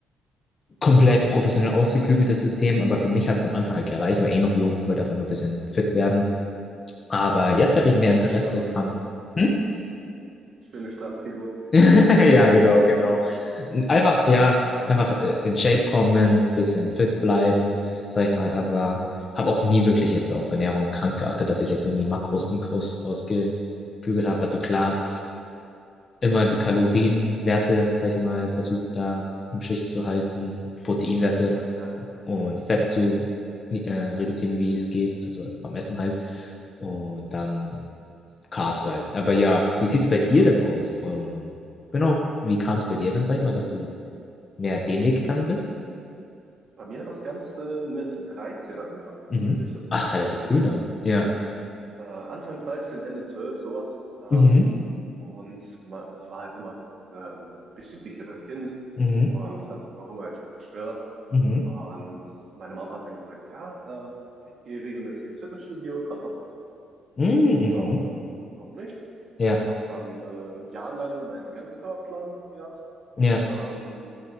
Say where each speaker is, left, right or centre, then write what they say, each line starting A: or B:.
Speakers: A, on the left; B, on the right.
A: komplett professionell ausgeklügeltes System, aber für mich hat es am Anfang halt gereicht, war eh noch jung, wollte einfach nur ein bisschen fit werden. Aber jetzt hätte ich mehr
B: Schöne
A: Interesse
B: Strandfigur.
A: dran. Hm?
B: Schöne Strandfigur.
A: <laughs> Ja, genau, genau. Einfach, ja, einfach äh, in Shape kommen, bisschen fit bleiben, sag ich mal, aber habe auch nie wirklich jetzt auf Ernährung krank geachtet, dass ich jetzt irgendwie Makros, Mikros ausgeklügelt habe. Also klar, immer die Kalorienwerte, sag ich mal, versucht da im Schicht zu halten, Proteinwerte
B: Ja, ja, ja.
A: und Fett zu äh, reduzieren, wie es geht, also beim Essen halt. Und dann Carbs halt. Aber ja, wie sieht's bei dir denn aus? Und genau, wie kam es bei dir dann, sag ich mal, dass du mehr den Weg gegangen bist?
B: Bei mir hat das Ganze mit 13 angefangen tatsächlich,
A: Mhm.
B: also
A: Ach,
B: sehr
A: relativ
B: früh.
A: früh dann. Ja.
B: Äh, Anfang 13, Ende 12, sowas. Ähm,
A: Mhm.
B: und ma- ich war halt immer das ähm, bisschen dickere Kind
A: Mhm.
B: und das hat mich auch immer etwas gestört.
A: Mhm.
B: Und meine Mom hat dann gesagt, ja, ähm, ich gehe regelmäßig ins Fitnessstudio, komm doch mit. Ich
A: Mhm.
B: habe gesagt,
A: Mhm.
B: ja, okay, gut, warum nicht?
A: Ja.
B: Habe dann äh, ein Jahr lang meinen Ganzkörperplan gehabt
A: Ja.
B: ähm,